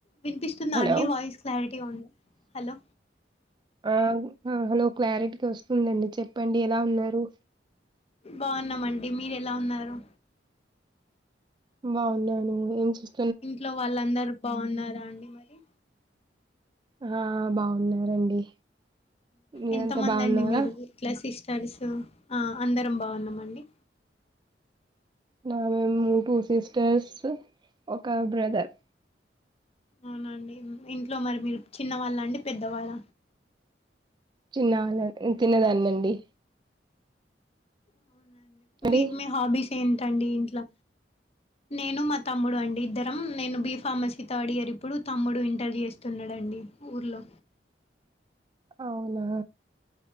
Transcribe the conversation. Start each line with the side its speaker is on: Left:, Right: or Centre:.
Left: వినిపిస్తుందా
Right: హలో
Left: అండి voice clarity ఉంది, హలో
Right: ఆ హలో క్లారిటీగా వస్తుందండి చెప్పండి ఎలా ఉన్నారు,
Left: బాగున్నామండి మీరు ఎలా ఉన్నారు.
Right: బాగున్నాను ఏంచేస్తా,
Left: ఇంట్లో వాళ్ళందరు బాగున్నారా అండి మరి
Right: ఆ బాగున్నారండి, మీరంతా
Left: ఎంత మంది
Right: బాగున్నారా
Left: అండి మీరు ఇట్లా సిట సిస్టర్సు అందరం బాగున్నామండి.
Right: నాకు మేము టూ సిస్టర్స్ ఒక బ్రదర్,
Left: అవునండి ఇంట్లో మరి, మీరు చిన్నవాళ్ళ అండి పెద్దవాళ్ళ
Right: చిన్న దాన్నిండి,
Left: అవునండి
Right: అండి
Left: మీ మీ హాబ్బీస్, ఏంటండి ఇంట్లో నేను మా తమ్ముడు అండి ఇద్దరం, నేను బి ఫార్మసీ థర్డ్ ఇయర్ ఇప్పుడు తమ్ముడు ఇంటర్ చేస్తున్నాడండి, ఊర్లో
Right: అవునా